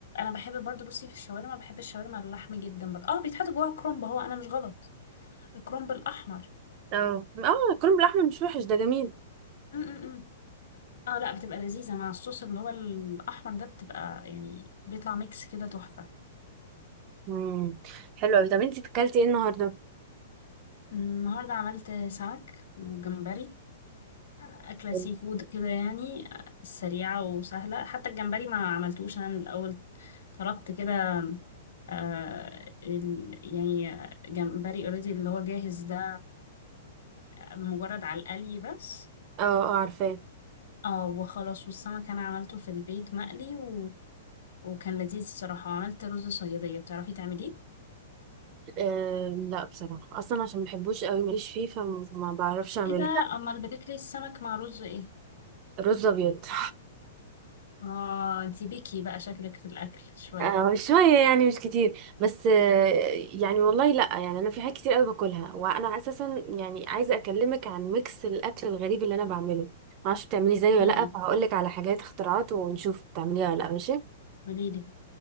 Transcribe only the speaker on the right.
اه اه الكرنب بالأحمر مش وحش ده جميل
مم. حلو أوي طب انتي اكلتي ايه النهاردة؟
اه
اه عارفاه
أم، لا بصراحة أصلا عشان مبحبوش قوي ماليش فيه فما بعرفش أعمله
رز أبيض <laughs>
آه شوية يعني مش كتير بس آه، يعني والله لأ يعني أنا في حاجات كتير أوي باكلها وأنا أساسا يعني عايزة أكلمك عن ميكس الأكل الغريب اللي أنا بعمله معرفش بتعمليه زيي ولا
لأ فهقولك على حاجات اختراعات ونشوف بتعمليها ولا لأ ماشي